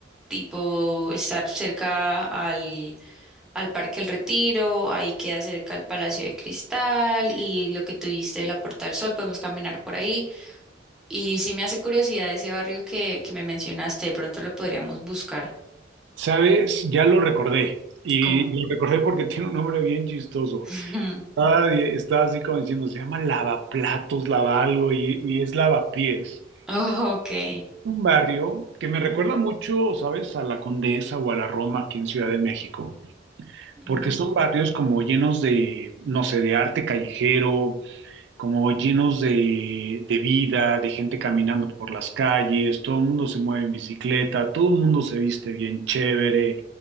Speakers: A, in the centre; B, on the right.
A: tipo estar cerca al, al Parque El Retiro, ahí queda cerca el Palacio de Cristal y lo que tuviste de la Puerta del Sol, podemos caminar por ahí. Y sí me hace curiosidad ese barrio que, que me mencionaste, de pronto lo podríamos buscar.
B: ¿Sabes? Ya lo recordé. Y
A: Como.
B: lo recordé porque <laughs> tiene un nombre bien chistoso.
A: <laughs>
B: Estaba, estaba así como diciendo, se llama Lavaplatos, Lava algo, y, y es Lavapiés.
A: Oh, ok.
B: Un barrio que me recuerda mucho, ¿sabes? A la Condesa o a la Roma aquí en Ciudad de México.
A: Mm,
B: Porque son barrios como llenos de, no sé, de arte callejero como llenos de, de vida, de gente caminando por las calles, todo el mundo se mueve en bicicleta, todo el mundo se viste bien chévere.